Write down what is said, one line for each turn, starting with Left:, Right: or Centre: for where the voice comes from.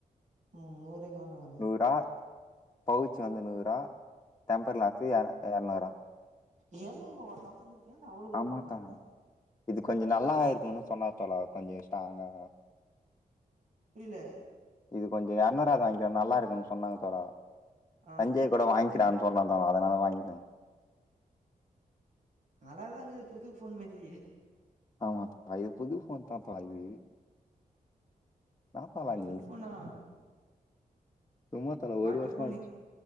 Right: உம் நூறுவாய்க்கு வாங்களே
Left: நூறா பவுச்சு வந்து நூறா டெம்பர் கிளாஸு இர இரநூறா
Right: இரநூறூ பாவ டெம்பரு ஏன்டா அவ்ளோ குடுத்து
Left: ஆமா
Right: வாங்குன்ன
Left: தோழா இது கொஞ்சோ நல்லா இருக்குன்னு சொன்னாரு தோழா கொஞ்சோ ஸ்ட்ராங்கா
Right: புரியல
Left: இது கொஞ்சோ இரநூறு வாத இங்க நல்லா இருக்குன்னு சொன்னாங்க தோழா
Right: ஆ
Left: தஞ்சே கூட வாங்கிரார்ன்னு சொன்னா தோழா அதானல வாங்கிட்டே
Right: நல்லா தாங் இங்குது புது ஃபோன்னு மெரி
Left: ஆமா இது புது ஃபோன் தாப்பா இது தாப்பாலா
Right: புது
Left: நீ
Right: ஃபோனா
Left: சும்மா சொன்ன
Right: பாட்டு
Left: ஒரு வர்ஷோ
Right: ஃபோனு
Left: ஆயிச்சி